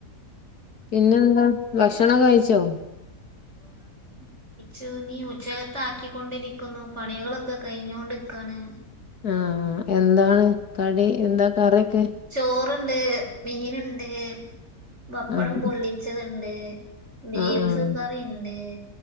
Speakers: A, on the left (about 60°); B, on the right (about 40°).
A: പിന്നെന്താ ഭക്ഷണം കഴിച്ചോ
B: ഞാനീ ഉച്ചക്കത്ത ആക്കിക്കൊണ്ടിരിക്കുന്നു പണികളൊക്കെ കഴിഞ്ഞോണ്ടിക്കാണ്
A: ആഹ് എന്താണ് കടി എന്താ കറിയൊക്
B: ചോറുണ്ട് മീനുണ്ട് വപ്പടം
A: ആഹ്
B: പൊള്ളിച്ചതുണ്ട് ബീഫ്
A: ആഹ് ആഹ്
B: കറിണ്ട്